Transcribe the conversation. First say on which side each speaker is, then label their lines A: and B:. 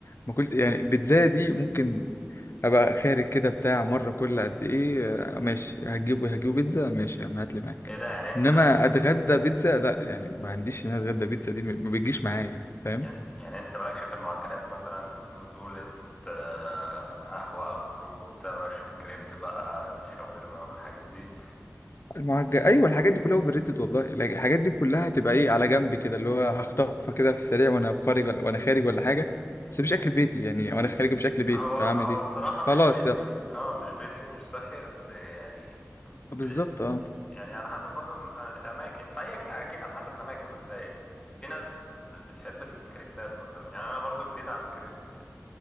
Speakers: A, on the left; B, on the left.
A: ما كنت يعني بيتزا دي ممكن ابقى خارج كده بتاع مره كل قد ايه آه، ماشي هتجيبه هتجيبه بيتزا ماشي يا عم هات لي معاك
B: ايه ده يعني انت
A: انما اتغدى بيتزا لا يعني ما عنديش ان انا اتغدى بيتزا دي ما ما بتجيش معايا فاهم
B: يعني يعني انت مالكش في المعجنات مثلا نزولة آه، قهوة او خروج وبتاع مالكش في الكريب بقى الشاورما والحاجات دي
A: المعجن ايوه الحاجات دي كلها اوفر ريتد والله لا- الحاجات دي كلها هتبقى ايه على جنب كده اللي هو هخطفها كده في السريع وانا خارج ولا وانا خارج ولا حاجه بس مش اكل في بيتي يعني وانا خارج مش اكل بيتي
B: هو
A: فاعمل
B: هو
A: ايه
B: بصراحة
A: خلاص
B: مش بيتي
A: يلا
B: اه مش بيتي مش صحي بس يعني ب...
A: بالظبط
B: ب-
A: اه
B: يعني على حسب برضو ال- آه، الأماكن فهي أكل أكيد على حسب الأماكن بس هي في ناس ب- بتحب الكريبات مثلا يعني أنا برضو جديد على الكريب يعني